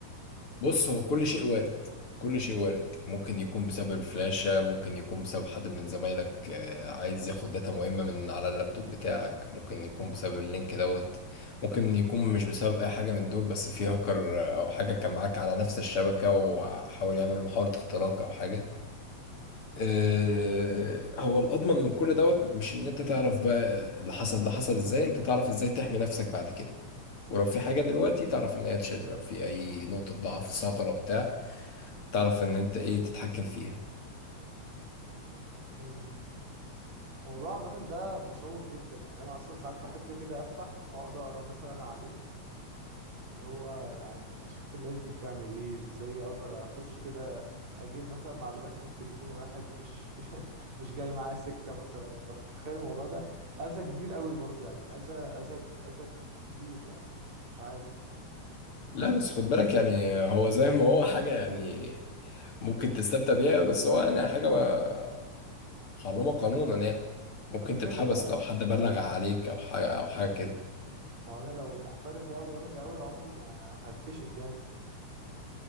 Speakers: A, on the left (about 50°); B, on the right (about 65°).
A: بص هو كل شيء وارد كل شيء وارد ممكن يكون بسبب الفلاشة ممكن يكون بسبب حد من زمايلك آه، عايز ياخد داتا مهمة من على اللابتوب بتاعك ممكن يكون بسبب اللينك دوت ممكن يكون مش بسبب أي حاجة من دول بس في هاكر آه، أو حاجة كان معاك على نفس الشبكة وحاول يعمل محاولة اختراق أو حاجة آه، هو الأضمن من كل دوت مش إن أنت تعرف بقى اللي حصل ده حصل إزاي أنت تعرف إزاي تحمي نفسك بعد كده ولو في حاجة دلوقتي تعرف إن هي تشيلها لو في أي نقطة ضعف ثغرة بتاع تعرف ان انت ايه تتحكم فيها
B: امم الموضوع عامة ده مشوق جدا يعني انا اصلا ساعات بحب كده افتح واقعد اقرا مثلا عليه اللي هو يعني اشوف الناس دي بتعمل ايه ازاي اقدر اخش كده اجيب مثلا معلومات من تليفون واحد مش <laughs> مش مش جاي معاه سكه مثلا انت متخيل الموضوع ده اذى كبير قوي برضه يعني اذى اذى اذى كبير يعني مش مش عادي
A: لا بس خد بالك يعني هو زي ما هو حاجة يعني ممكن تستمتع بيها بس هو يعني حاجة ما- محرمة قانونا يعني ممكن
B: ما كده
A: تتحبس
B: كده اه
A: لو حد بلغ عليك او حاجة او حاجة كده
B: ما هو انا لو محترف بقى وجامد قوي عمري ما هتكشف يعني